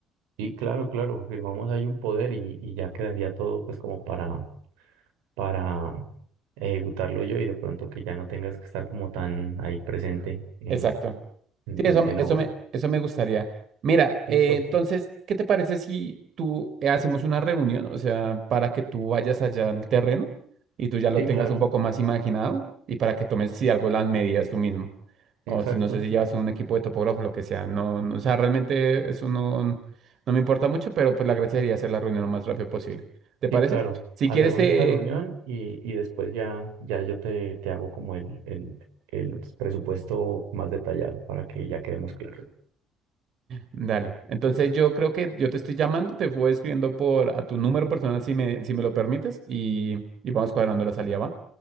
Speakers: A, on the right; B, on the right.
A: Y claro, claro, firmamos ahí un poder y, y ya quedaría todo pues como para, para ejecutarlo yo y de pronto que ya no tengas que estar como tan ahí presente eh,
B: Exacto.
A: en,
B: Sí, eso,
A: en-
B: me-
A: en
B: eso
A: obra.
B: me, eso me gustaría. Mira,
A: ¿Listo?
B: eh, entonces, ¿qué te parece si tú eh, hacemos una reunión? O sea, para que tú vayas allá al terreno y tú ya lo
A: Sí,
B: tengas
A: claro,
B: un poco más imaginado y para que tomes, si algo, las medidas tú mismo.
A: exacto.
B: O si no sé si llevas un equipo de topógrafo, lo que sea. No, no, o sea, realmente eso no, no me importa mucho, pero pues la gracia sería hacer la reunión lo más rápido posible. ¿Te
A: Sí,
B: parece?
A: claro.
B: Si
A: Hacemos
B: quieres, eh,
A: esa reunión y, y después ya, ya yo te, te hago como el, el, el presupuesto más detallado para que ya quedemos claros.
B: Dale. Entonces yo creo que yo te estoy llamando, te voy escribiendo por a tu número personal si me, si me lo permites y, y vamos cuadrando la salida, ¿va?